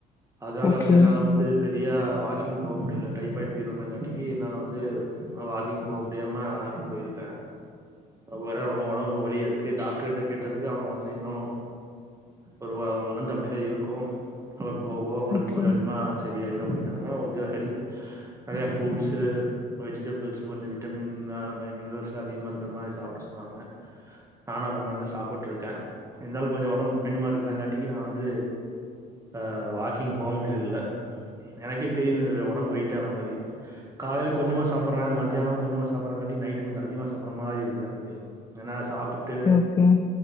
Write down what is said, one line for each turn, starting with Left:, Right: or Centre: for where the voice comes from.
Right: அதுனால
Left: ஓகே
Right: வந்து என்னால வந்து சரியா வாக்கிங் போ முடியல டைபாய்டு ஃபீவர் வந்தங்காட்டிக்கி என்னால் வந்து வாக்கிங் போ முடியாம இப்ப இருக்கேன் வேற ரொம்ப உடம்பு வழியாக இருக்கு டாக்டருர்கிட்ட கேட்டதுக்கு அவங்க வந்து இன்னும் ஒரு ஒன் மந்த் அப்படி தா இருக்கு அப் போவோ உங்ளுக்கு
Left: ஓகே
Right: கொஞ்ச கொஞ்சமா சேத் ஐய்யாறுவா போய்டாக கொஞ்ச கெல்த் நெறையா புரூட்ஸ் வெஜுடபிள்ஸ் கொஞ்ச விட்டமின்ஸ் மின்னரல்ஸ் அதிகமா இருக்க மாரி சாப்புட சொன்னாங்க நானு அது மாரி சாப்புட்டு இருக்கே இருந்தாலும் கொஞ்ச உடம்பு பயணமா இருக்கிறாங்காட்டிக்கு நான் வந்து ஆஹ் வாக்கிங் போக முடியறது இல்ல எனக்கே தெரியுது உடம்பு வெயிட் ஆன மாரி காலையில கொஞ்சமா சாப்பிடுறேன் மத்தியானம் கொஞ்சமா சாப்றாங்காட்டி நைட் கொஞ்ச அதிகமா சாப்ற மாரி இருக்குது எனக்கு ஏன்னா சாப்புட்டு
Left: சிம்